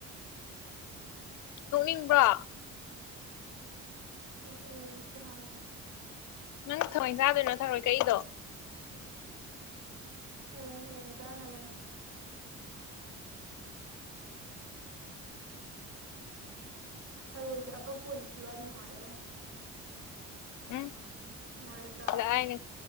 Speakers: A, on the left (about 75°); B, on the right (about 55°).
A: ꯇꯣꯛꯅꯤꯡꯕ꯭ꯔꯥ
B: ꯅꯣꯛꯅꯤꯡꯉꯦ ꯈꯨꯍꯥꯏꯗꯣ
A: ꯅꯪ ꯊꯥꯡꯟ <inaudible> ꯆꯥꯗꯣꯏꯅꯣ ꯊꯧꯔꯣꯏ ꯀꯩꯗꯣ
B: ꯊꯔꯣꯏ ꯍꯌꯦꯡ ꯆꯥꯅꯕꯅꯤ ꯊꯔꯣꯏꯁꯦ ꯑꯀꯛꯄ ꯑꯣꯏꯅ ꯈꯨꯂꯛꯑꯗꯤ ꯅꯨꯡꯉꯥꯏꯀꯗꯧ
A: ꯎꯝ
B: ꯅꯨꯡꯉꯥꯏꯔꯣꯏꯗ꯭ꯔꯥ
A: ꯑꯗ ꯑꯩꯅ